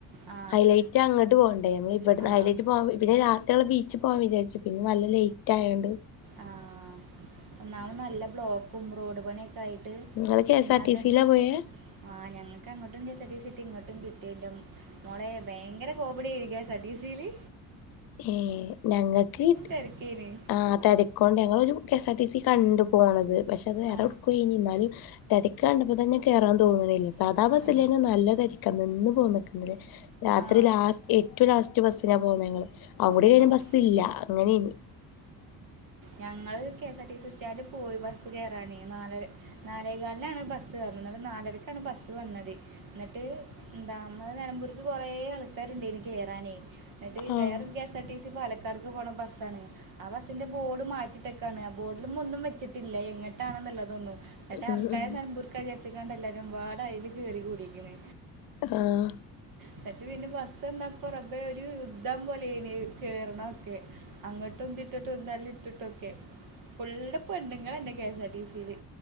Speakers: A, on the right (about 60°); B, on the left (about 70°).
A: ആ
B: ഹൈലൈറ്റ് അങ്ങോട്ട് പോകണ്ടേ നമ്മൾ ഇവിട
A: ആ
B: ഹൈലൈറ്റ് പോക പിന്നെ രാത്രി അടുത്തുള്ള ബീച്ച് പോവാാൻ വിചാരിച്ചു പിന്നെ നല്ല ലേറ്റ് ആയോണ്ട്
A: ആഹ് ഒന്നാമത് നല്ല ബ്ലോ ക്കും റേഡ് പണിയൊക്കെ ആയിട്ട്
B: നിങ്ങള് കെ എസ്
A: എന്നാ
B: ആർ ടി
A: തന്നെ
B: സിയിലാ പോയേ
A: ആഹ് ഞങ്ങൾക്ക് അങ്ങോട്ടും K S R T C കിട്ടി ഇങ്ങോട്ടും കിട്ടി മോളേ ഭയങ്കര കോമഡിയായി കെ എസ് ആർ ടി സില്
B: ഏഹ് ഞങ്ങക്ക് കിട്ടി
A: തെരക്കീന്‌
B: ആഹ് തെരക്കോണ്ട് ഞങ്ങളൊരു K S R T C കണ്ടു പോണത്. പക്ഷെ അത് വേറെ
A: ആ
B: എവിടെക്കോ ഇനി എന്നാല് തെരക്ക് കണ്ട്പ്പോ തന്നെ കേറാൻ തോന്നണില്ല. സാധാ ബസ്സില്
A: ആ
B: തന്നെ നല്ല തെരക്കാ നിന്ന് പോന്നക്ക്ല്ലേ രാത്രി
A: ആ
B: ലാസ്റ്റ് ഏറ്റോം ലാസ്റ്റ് ബസ്സിനാ പോകുന്ന ഞങ്ങള്. അതുടെ
A: ആ
B: കഴിഞ്ഞ
A: ആ
B: ബസ്സില്ല അങ്ങനെനി
A: ഞങ്ങള് K S R T C stand പോയി ബസ്സ് കേറാനേ നാലര നാലേകാലിനാണ് ബസ്സ് പറഞ്ഞത് എന്നിട്ട് നാലരക്കാണ് ബസ്സ് വന്നത്. എന്നിട്ട് എന്താ അന്ന് നെലമ്പൂർക്ക് കൊറേ ആൾക്കാരുണ്ടെയ്നി കേറാനി എന്നിട്ട്
B: ആഹ്
A: വേറൊരു K S R T C പാലക്കാട്ക്ക് പോണ ബസ്സാണ് ആ ബസ്സിന്റെ ഡ് മാറ്റിയിട്ടെക്കാണ്. ബോർഡിലും ഒന്നും വെച്ചിട്ടില്ല എങ്ങിട്ടാണുള്ളതൊന്നും എട
B: ഉം
A: ആൾക്കാര്
B: ഉം
A: നെലമ്പൂർക്ക് ക്ക വിചാരിച്ച്ക്കാണ്ട് എല്ലാരും വാടാ അയില് കേറി കൂടിക്കണ്.
B: ആഹ്
A: എന്നിട്ട് പിന്നെ ബസ് എന്നാപ്പൊറമ്പേ ഒരു യുദ്ധം പോലെയ്നി കേറണതൊക്കെ. അങ്ങട്ടുംന്തിട്ടിട്ടും ഒരു എന്തല്ല ഇട്ടിട്ടൊക്കെ ഫുള്ള പെണ്ണ്ങ്ങളന്നെ കെഎസ് ആർ ടി സി ല്.